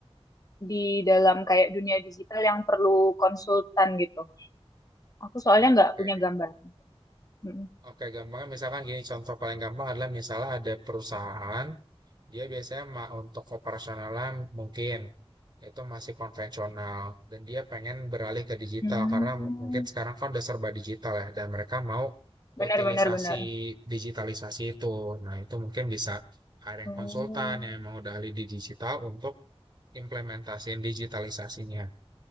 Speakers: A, on the left; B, on the right.
A: di dalam kayak dunia digital yang perlu konsultan gitu. Aku soalnya
B: Oke,
A: nggak punya gambar. Mm.
B: oke gampangnya misalkan gini contoh paling gampang adalah misalnya ada perusahaan dia biasanya ma- untuk operasionalnya mungkin itu masih konvensional dan dia pengen beralih ke digital
A: Hmm.
B: karena m- mungkin sekarang kan udah serba digital ya dan mereka mau
A: Benar
B: utilisasi
A: benar benar.
B: digitalisasi itu. Nah, itu mungkin bisa hiring
A: Oh.
B: konsultan yang mau udah ahli di digital untuk implementasiin digitalisasinya.